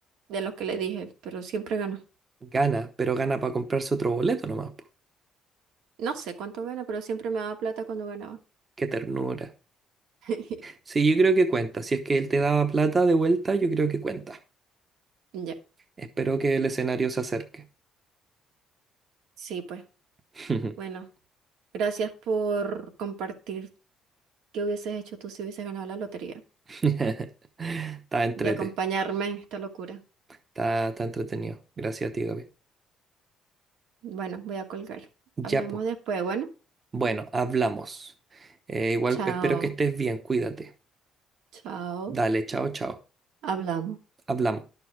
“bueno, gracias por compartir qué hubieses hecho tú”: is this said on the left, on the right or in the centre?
Right